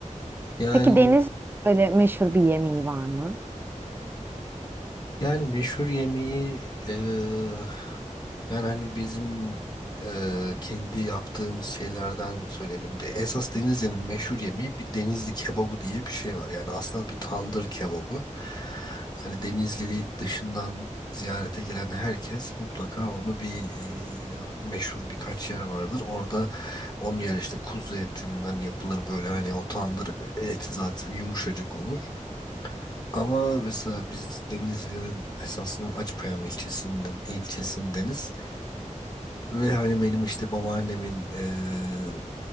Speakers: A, on the left; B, on the right.
A: Yani
B: Peki Deniz böyle meşhur bir yemeği var mı?
A: Yani meşhur yemeği eee, ben hani bizim eee, kendi yaptığımız şeylerden söyleyebilirim. De, esas Denizli'nin meşhur yemeği bir Denizli kebabı diye bir şey var. Yani aslında bir tandır kebabı. Hani Denizli dışından ziyarete gelen herkes mutlaka onu bir eee, meşhur birkaç yer vardır. Orada onun yer işte kuzu etinden yapılır böyle hani o tandır eti zaten yumuşacık olur. Ama mesela biz Denizli'nin esasında Acıpayam ilçesinden ilçesindeniz ve hani benim işte babaannemin eee,